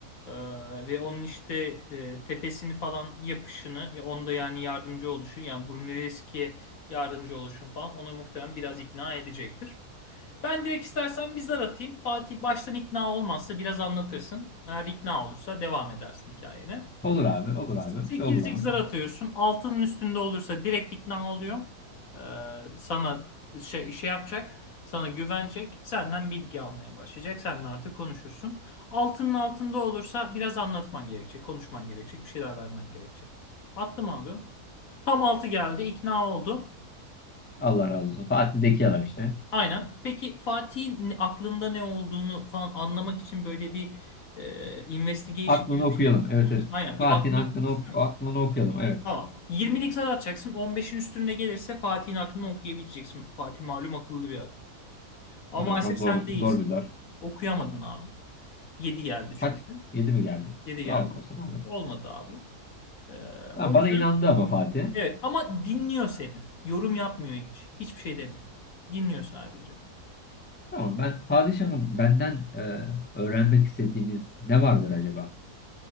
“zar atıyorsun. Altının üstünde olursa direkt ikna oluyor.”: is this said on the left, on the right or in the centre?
Left